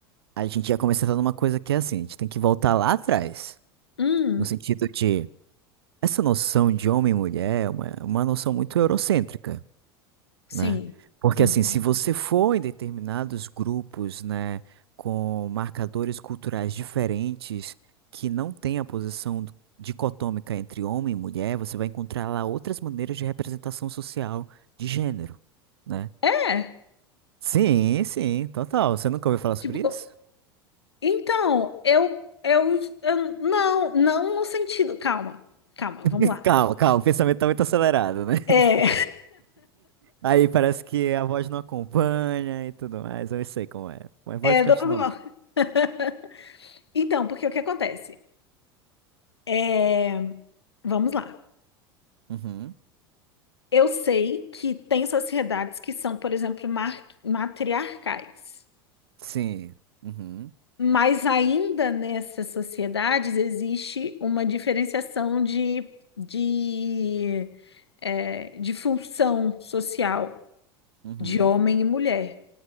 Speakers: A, on the right (about 75°); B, on the left (about 85°).
A: a gente já começa a entrar numa coisa que é assim, a gente tem que voltar lá atrás,
B: hum,
A: no sentido de... Essa noção de homem e mulher é uma, uma noção muito eurocêntrica,
B: sim.
A: né? Porque,
B: Uhum.
A: assim, se você for em determinados grupos, né, com marcadores culturais diferentes, que não tem a posição do- dicotômica entre homem e mulher, você vai encontrar lá outras maneiras de representação social de gênero, né?
B: É,
A: Sim, sim, total. Você nunca ouviu falar sobre
B: tipo, co-
A: isso?
B: então, eu, eu, eu- não, não no sentido, calma, calma, vamos
A: <laughs>
B: lá.
A: Calma, calma, o pensamento tá muito acelerado, né?
B: É,
A: <laughs> Aí parece que a voz não acompanha e tudo mais. Eu não sei como é.
B: <laughs>
A: Mas pode
B: é
A: continuar.
B: normal. <laughs> Então, porque o que acontece? É, vamos lá.
A: Uhum.
B: Eu sei que tem sociedades que são, por exemplo, mar- matriarcais,
A: Sim. Uhum.
B: mas ainda nessas sociedades existe uma diferenciação de, de é, de função social
A: Uhum.
B: de homem e mulher.